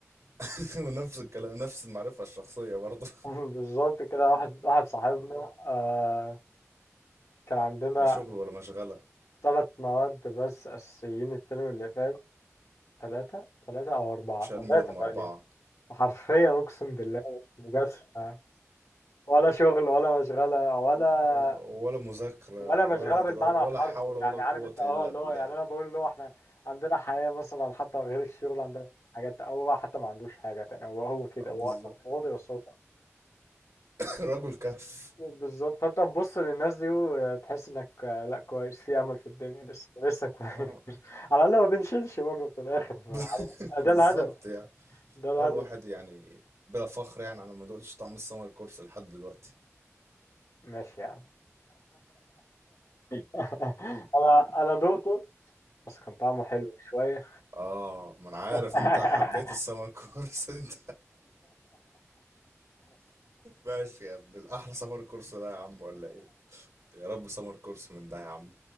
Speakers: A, on the right (about 85°); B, on the left (about 80°).
A: <laughs> ونفس الكلام نفس المعرفة الشخصية برضه
B: <laughs> بالظبط كده واحد واحد صاحبنا آه كان عندنا
A: <laughs> لا شغل ولا مشغلة
B: ثلاث مواد بس أساسيين الترم اللي فات ثلاثة ثلاثة أو أربعة
A: شال منهم
B: ثلاثة تقريبا
A: أربعة
B: حرفيا أقسم بالله مش مجازفة يعني. ولا شغل ولا مشغلة ولا
A: آه، ولا مذاكرة
B: ولا مشغلة
A: ولا
B: بالمعنى
A: دراسة ولا
B: الحرفي
A: حول ولا
B: يعني
A: قوة
B: عارف أنت أه
A: إلا
B: اللي
A: بالله
B: هو يعني أنا بقول له إحنا عندنا حياة مثلا حتى غير الشغل عندنا حاجات أو هو بقى حتى ما عندوش حاجة تاني هو هو كده
A: آه،
B: هو
A: بالظبط
B: أصلا فاضي بس هو كده.
A: <laughs> رجل كهف
B: بالظبط فانت تبص للناس دي وتحس انك آه، لا كويس في امل في الدنيا لسه لسه كويس <laughs>
A: اه
B: على الاقل ما بنشيلش برضه في الاخر
A: <laughs>
B: عارف
A: بالظبط
B: ده الهدف
A: يعني
B: ده الهدف
A: اه الواحد يعني بلا فخر يعني انا ما دقتش طعم السمر كورس لحد دلوقتي
B: ماشي يعني <laughs> انا انا دقته بس كان طعمه حلو شويه
A: اه ما انا عارف
B: <laughs>
A: انت حبيت السمر كورس <laughs> انت ماشي يا ابن الاحلى سمر كورس ده يا عم ولا ايه يا رب سمر كورس من ده يا عم